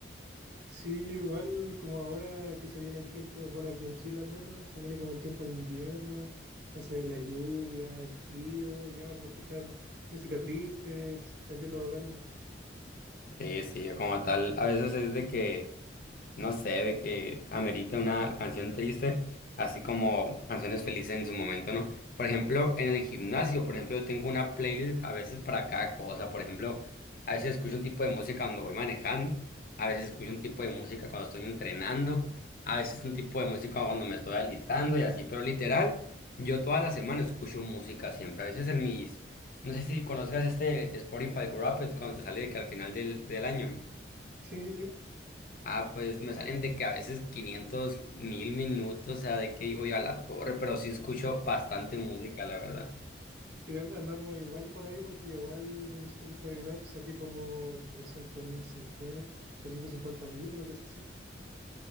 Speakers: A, on the right; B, on the left.
A: Sí, yo igual como ahora que se viene el tiempo, bueno, aquí en Chile al menos, se viene como el tiempo de invierno, entonces la lluvia, el frío, llama como escuchar música triste, sí, te entiendo totalmente.
B: Sí, sí, como tal, a veces es de que no sé, de que amerita una canción triste, así como canciones felices en su momento, ¿no? Por ejemplo, en el gimnasio, por ejemplo, yo tengo una playlist a veces para cada cosa. Por ejemplo, a veces escucho un tipo de música cuando voy manejando, a veces escucho un tipo de música cuando estoy entrenando, a veces un tipo de música cuando me estoy alistando y así, pero literal, yo toda la semana escucho música siempre. A veces en mis, no sé si conozcas este Spotify Wrapped cuando te sale de que al final del, del año.
A: Sí, sí.
B: Ah, pues me salen de que a veces quinientos mil minutos, o sea, de que digo yo a la torre, pero sí escucho bastante música, la verdad.
A: Sí, and- andamos igual por ahí porque igual en el Spotify Rap saqué como trescientos trescientos mil trescientos cincuenta mil una cosa así.